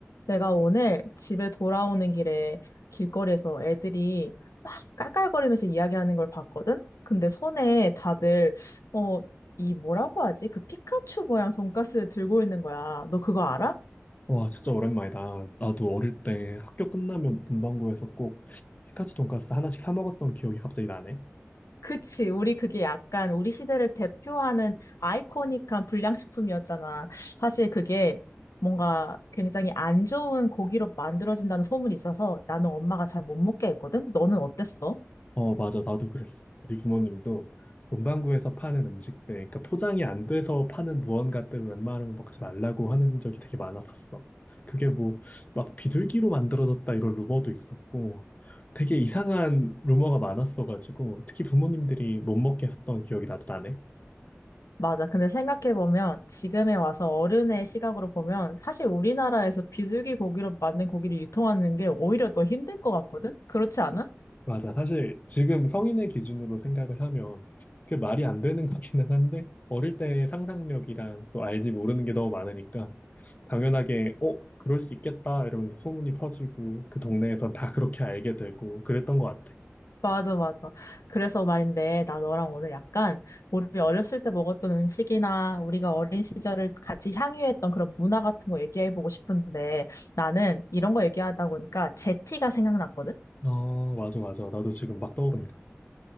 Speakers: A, on the left; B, on the left.
A: 내가 오늘 집에 돌아오는 길에 길거리에서 애들이 막 깔깔거리면서 이야기하는 걸 봤거든? 근데 손에 다들, 어, 이 뭐라고 하지? 그 피카츄 모양 돈가스를 들고 있는 거야. 너 그거 알아?
B: 와, 진짜 오랜만이다. 나도 어릴 때 학교 끝나면 문방구에서 꼭 피카츄 돈가스 하나씩 사 먹었던 기억이 갑자기 나네.
A: 그치. 우리 그게 약간 우리 시대를 대표하는 아이코닉한 불량식품이었잖아. 사실 그게 뭔가 굉장히 안 좋은 고기로 만들어진다는 소문이 있어서 나는 엄마가 잘 못 먹게 했거든? 너는 어땠어?
B: 어, 맞아. 나도 그랬어. 우리 부모님도 문방구에서 파는 음식들, 그러니까 포장이 안 돼서 파는 무언가들을 웬만하면 먹지 말라고 하는 적이 되게 많았었어. 그게 뭐, 막 비둘기로 만들어졌다 이런 루머도 있었고, 되게 이상한 루머가 많았어가지고, 특히 부모님들이 못 먹게 했던 기억이 나도 나네.
A: 맞아. 근데 생각해보면 지금에 와서 어른의 시각으로 보면 사실 우리나라에서 비둘기 고기로 만든 고기를 유통하는 게 오히려 더 힘들 것 같거든? 그렇지 않아?
B: 맞아. 사실 지금 성인의 기준으로 생각을 하면 그게 말이 안 되는 <laughs> 거기는 한데 어릴 때의 상상력이랑 또 알지 모르는 게 너무 많으니까 당연하게 어, 그럴 수 있겠다 이러면서 소문이 퍼지고 그 동네에선 다 그렇게 알게 되고 그랬던 것 같아.
A: 맞아, 맞아. 그래서 말인데 나 너랑 오늘 약간 우리 어렸을 때 먹었던 음식이나 우리가 어린 시절을 같이 향유했던 그런 문화 같은 거 얘기해보고 싶은데 나는 이런 거 얘기하다 보니까 제티가 생각났거든?
B: 어, 맞아, 맞아. 나도 지금 막 떠오른다.